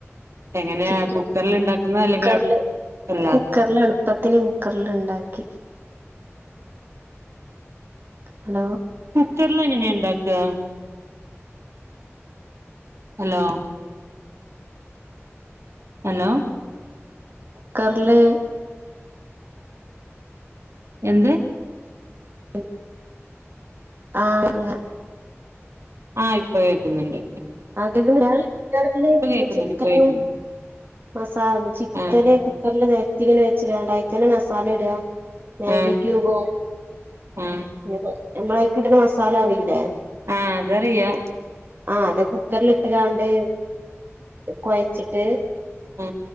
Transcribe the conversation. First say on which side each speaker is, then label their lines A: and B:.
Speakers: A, on the right; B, on the right.
A: എങ്ങനെയാ
B: ചിക്കൻ
A: കുക്കറില് ഉണ്ടാക്കുന്ന അല്ലെങ്കി
B: കുക്കറില്
A: <unintelligible> അല്ലാ
B: കുക്കറില് എളുപ്പത്തിന് കുക്കറില് ഇണ്ടാക്കി ഹലോ
A: കുക്കറില് എങ്ങനെയണ്ടാക്കുക ഹലോ ഹലോ
B: കുക്കറില്
A: എന്ത്
B: <unintelligible> ആ അങ്ങ
A: ആ ഇപ്പൊ കേക്കുന്നുണ്ട്
B: <unintelligible>
A: കേൾക്കുന്നുണ്ട്
B: ചിക്കനും
A: ഇപ്പൊ കേൾക്കുന്നുണ്ട്
B: മസാലയും ചിക്കന്
A: ആഹ്
B: കുക്കറിൽ നിർത്തി വെച്ച് ണ്ടാണ്ട് അതി തന്നെ മസാ സാലയിടുക മാഗി
A: ആഹ്
B: ക്യൂബും
A: ആഹ്
B: <unintelligible> നമ്മള അയിക്കിട്ടുന്ന മസാല അറിയില്ലേ
A: ആ അതറിയാ
B: ആഹ അതൊക്കെ കുക്കറൽിട്ട്ആണ്ട് കുഴച്ചിട്ടു
A: ആ